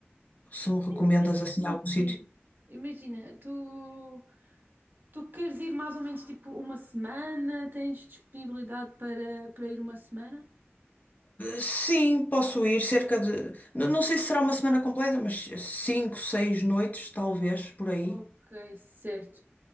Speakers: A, on the left; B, on the right.
A: se me recomendas
B: Tem que ser,
A: assim
B: sim,
A: algum sítio?
B: sim. Imagina, tu, tu queres ir mais ou menos tipo uma semana? Tens disponibilidade para, para ir uma semana?
A: Sim, posso ir cerca de. n- Não sei se será uma semana completa, mas cinco, seis noites, talvez, por aí.
B: Ok, certo.